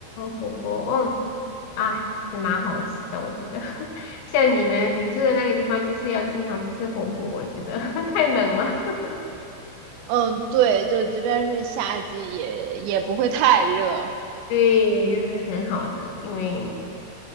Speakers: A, on the left (about 85°); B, on the right (about 85°).
A: 火锅，嗯，哎，其实蛮好吃的，我觉得。<laughs> 像你们你住的那个地方，就是要经常吃火锅，我觉得 <laughs> 太冷了。<laughs>
B: 嗯，对，就即便是夏季也也不会太热。
A: 对，就是很好的，因为